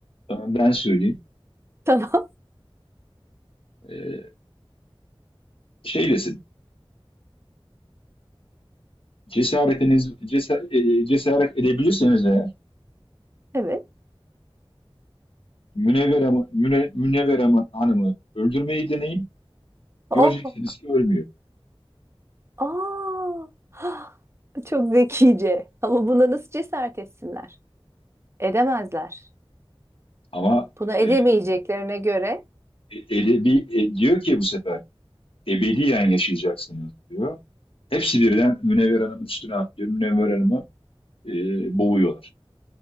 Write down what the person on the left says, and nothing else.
tamam, ben söyleyeyim.
Ee, şey desin. Cesaretiniz cesa- e, cesaret edebilirseniz eğer
Münevver Hanım- Müne- Münevver Hanım'ı öldürmeyi deneyin.
Göreceksiniz ki ölmüyor.
Ama
e,
E- Edebi, e, diyor ki bu sefer ebediyen yaşayacaksınız diyor. Hepsi birden Münevver Hanım'ın üstüne atlıyor. Münevver Hanım'ı e, boğuyorlar.